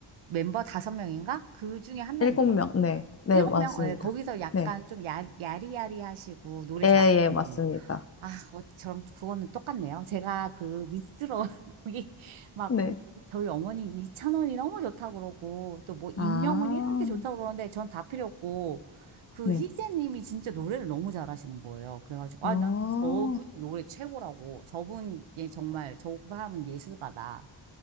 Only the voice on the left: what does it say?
일곱 명. 네. 네,
맞습니다.
네.
예,
예, 맞습니다.
네.
아,
네.
아,